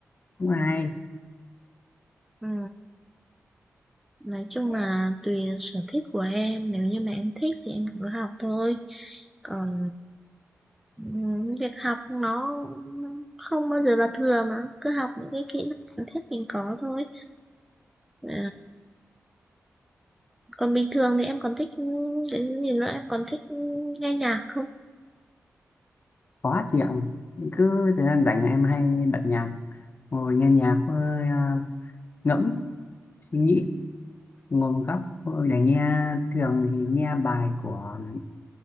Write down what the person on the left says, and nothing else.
cũng hay
khó chịu cứ thời gian rảnh là em hay bật nhạc ngồi nghe nhạc với ờ, ngẫm suy nghĩ ngồi một góc Ôi, để nghe thường thì nghe bài của